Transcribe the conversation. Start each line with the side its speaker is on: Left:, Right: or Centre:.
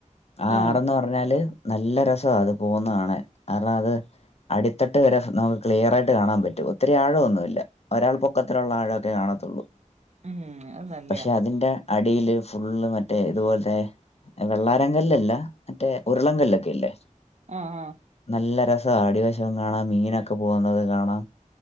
Left: ആഹ്
Right: ഉം
Left: ആറെന്ന് പ പർഞ്ഞാല് നല്ല രസവാ അത് പോന്ന കാണാൻ കാര്ണം അത് അടിത്തട്ട് വരെസ് നമുക് ക്ലിയറായിട്ട് കാണാപറ്റു ഒത്തിരി ആഴൊന്നുല്ല ഒരാൾ പൊക്കത്തിലുള്ള ആഴൊക്കെ കാണതൊള്ളൂ
Right: ഉം അത് നല്ലയാ
Left: പക്ഷെ അതിന്റെ അടീല് ഫുള്ള് മറ്റേ ഇത്പോൽത്തെ വെള്ളാരങ്കല്ലല്ല മറ്റേ ഉരുളങ്കല്ലൊക്കെ ഇല്ലേ
Right: ആഹ് ആഹ്
Left: നല്ല രസവാ അടിവശോം കാണാം മീനക്കെ പോകുന്നത് കാണാം